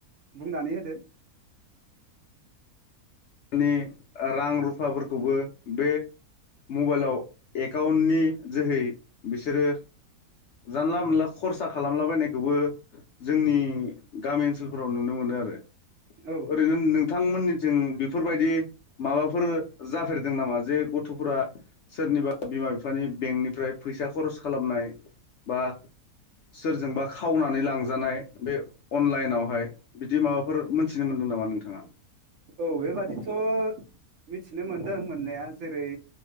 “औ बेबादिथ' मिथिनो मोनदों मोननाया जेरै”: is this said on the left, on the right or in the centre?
Right